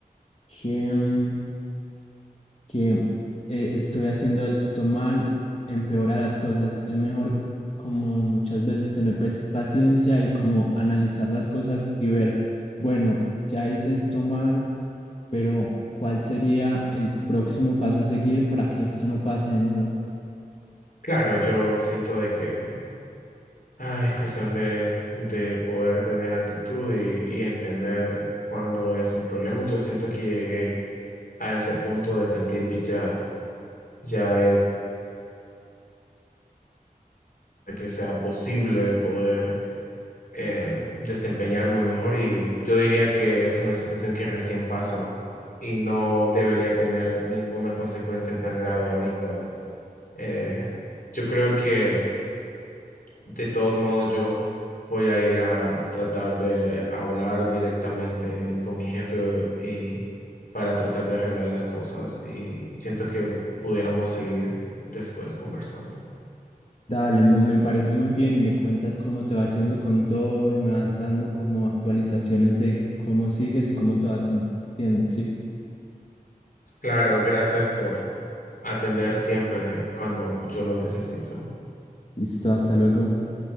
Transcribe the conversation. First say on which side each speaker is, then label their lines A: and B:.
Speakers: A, on the left; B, on the left.
A: que... mm, que eh, estoy haciendo esto mal, empeora las cosas. Es mejor como muchas veces tener pres- paciencia y como analizar las cosas y ver, bueno, ya hice esto mal, pero ¿cuál sería el próximo paso a seguir para que esto no pase de nuevo?
B: Claro, yo siento de que ay, es cuestión de, de poder tener actitud y, y entender cuándo es un problema. Yo siento que llegué a ese punto de sentir que ya, ya es que sea posible poder eh, desempeñarme mejor y yo diría que es una situación que recién pasa y no debería tener ninguna consecuencia tan grave ahorita. Eh, yo creo que De todos modos, yo voy a ir a tratar de hablar directamente con mi jefe y para tratar de arreglar las cosas y siento que pudiéramos seguir después conversando.
A: Dale, me, me parece muy bien y me cuentas cómo te va yendo con todo y me vas dando como actualizaciones de cómo sigues y cómo te vas sintiendo. Sí,
B: Claro, gracias por atender siempre cuando yo lo necesito.
A: listo, hasta luego.